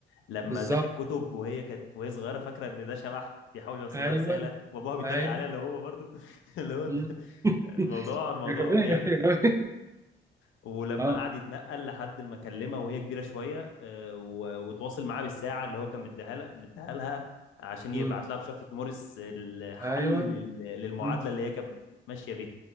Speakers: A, on the left (about 75°); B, on the right (about 15°).
A: لما
B: بالظبط
A: زق الكتب وهي كانت وهي صغيره فاكره ان ده شبح بيحاول يوصل
B: ايوه
A: لها رساله وابوها بيتريق
B: ايوه
A: عليها اللي هو برضو <laughs> اللي هو
B: مم. <laughs>
A: الموضوع الموضوع
B: يا جماعة،
A: جامد
B: يا جماعة.
A: ولما
B: اه
A: قعد يتنقل لحد ما كلمها وهي كبيره شويه آه، و- وتواصل معاها بالساعه اللي هو كان مديها لها مديها لها عشان يبعت
B: مم.
A: لها بشفره موريس الحل
B: ايوه
A: لل- للمعادله
B: مم.
A: اللي هي كانت ماشيه بيها